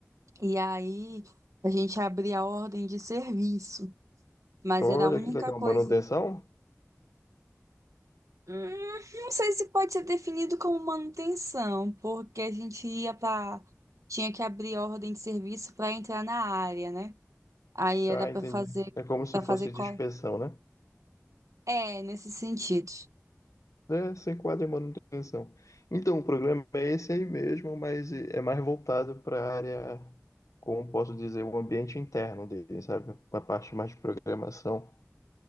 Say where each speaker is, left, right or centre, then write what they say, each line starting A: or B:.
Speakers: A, on the right; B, on the left.
A: e aí a gente abria a ordem de serviço. mas
B: Olha
A: era a única
B: que legal,
A: coisa.
B: manutenção?
A: Hum, Não sei se pode ser definido como manutenção, porque a gente ia para. Tinha que abrir ordem de serviço para entrar na área, né? Aí era
B: Ah,
A: para
B: entendi.
A: fazer,
B: É como se
A: para
B: fosse
A: fazer cola.
B: de inspeção, né?
A: É, nesse sentido.
B: É, se enquadra em manutenção. Então, o programa é esse aí mesmo, mas é mais voltado para a área, como posso dizer, o ambiente interno dele, sabe? A parte mais de programação.